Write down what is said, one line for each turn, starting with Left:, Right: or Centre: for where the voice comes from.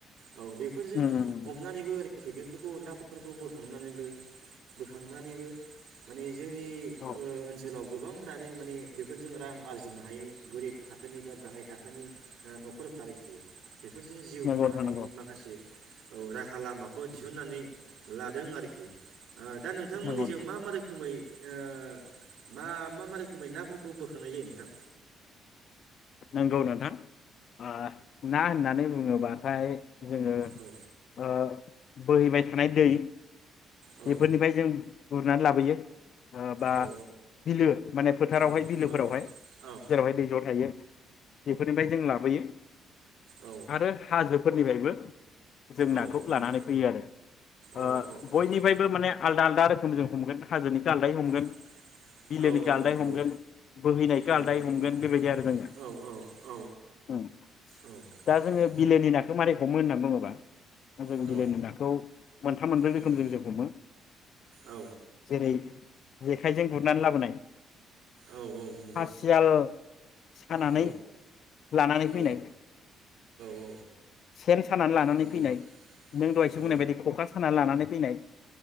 Right: औ बेफोरजों
Left: उम उम उम
Right: हमनानैबो बेफोरखौ नाफोरखौ बोखांनानै बोखांनानैबो माने जोंनि
Left: औ
Right: ओ ओनसोलाव गोबांफ्रानो माने बेफोरजों रां आरजिनो हायो गोरिब थाखोनि बा गाहाय थाखोनि ओ न'खरफोर आरोखि बेफोरजों
Left: नंगौ
Right: हुंनो
Left: नोंथां
Right: हानायनि
Left: नंगौ
Right: माखासे औ राहा लामाखौ दिहुननानै लादों आरोखि ओ दा नोंथांमोननिजों
Left: नंगौ नोंथां
Right: मा मा रोखोमै ओ मा मा मा रोखोमै नाफोरखौ बोखांनाय जायो नोंथां।
Left: नंगौ नोंथां। ओ ना होननानै बुङोबा ओमफाय जोङो ओ
Right: औ
Left: बोहैबाय थानाय दै
Right: औ
Left: बेफोरनिफ्राय जों बुरनानै लाबोयो बा
Right: औ
Left: बिलो माने फोथारावहाय
Right: औ
Left: बिलोफोरावहाय
Right: औ औ
Left: जेरावहाय दै ज' थायो बेफोरनिफ्राय जों लाबोयो
Right: औ
Left: आरो हाजो फोरनिफ्रायबो जों
Right: औ
Left: नाखौ
Right: नंगौ
Left: लानानै फैयो आरो ओ
Right: औ औ
Left: बयनिफ्रायबो माने आलदा आलदा जों हमगोन हाजोनि आलदाय हमगोन
Right: औ
Left: बिलोनिखौ
Right: औ
Left: आलदाय
Right: नंगौ
Left: हमगोन बोहैनायखौ
Right: औ
Left: आलदाय
Right: औ
Left: हमगोन
Right: औ
Left: बेबायदि आरो जोंनिया।
Right: औ औ
Left: ओं
Right: औ
Left: दा जोङो
Right: उम
Left: बिलोनि नाखौ मखौ मारोरै हमो होननानै बुङोबा जों
Right: औ
Left: बिलाइनि नाखौ मोनथाम मोनब्रै
Right: उम
Left: रोखोम जों जों हमो
Right: औ
Left: जेरै जेखायजों गुरनानै लाबोनाय
Right: औ औ नंगौ।
Left: फासियाल सानानै
Right: औ
Left: लनानै
Right: औ
Left: फैनाय
Right: औ
Left: सेन सानानै लानानै
Right: नंगौ
Left: फैनाय नों दहायसो
Right: औ
Left: बुंनाय बायदि खखा साना लानानै फैनाय